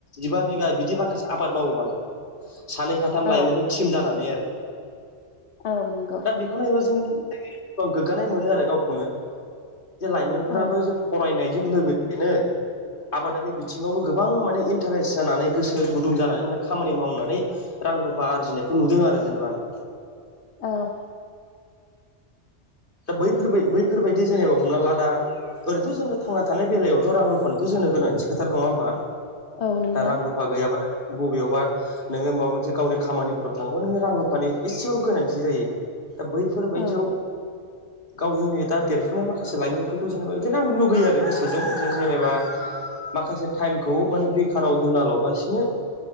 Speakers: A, on the left; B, on the left.
A: जिबा बिघा बिदि माखा खासे आफाद मावो माने।
B: <inaudible>
A: सानै साथाम लाइमोनजों
B: औ
A: टिम जानानै आरो।
B: औ नंगौ
A: दा बेखौ नायोबा जों एब गोग्गानाय मोनो आरो गावखौनो। जे लाइमोनफोराबो
B: औ
A: जे फरायनायजों लोगोसेनो आबादारि बिथिङावबो गोबां माने इन्टारेस्ट जानानै गोसो गुदुं जानानै माने खामानि मावनानै रां रुफा आरजिनायखौ नुदों आरो जेनेबा आङो।
B: औ।
A: दा बैफोर बैफोरबायदि जेनेबा हमना ला दा ओरैनो'थ जोनो थांना थानाय बेलायावथ' रां रुफानिथ' जोंनो गोनांथि खाथार नङा होमबा।
B: औ नंगौ
A: दा रां रुफा गैयाबानो बबेयावबा नोङो माबा मोनसे गावनि खामानिफोराव थाङोबा रां रुफानि एसेबाबो गोनांथि जायो। दा बैफोरबायदियाव
B: औ
A: गाव गावनि दा देरफुनाय माखासे लाइमोनफोरखौ जेनेबा बिदिनो आं लुगैयो आरो गोसोजों जे जेनेबा माखासे टाइमखौ माने बेखाराव दोनाल'बासिनो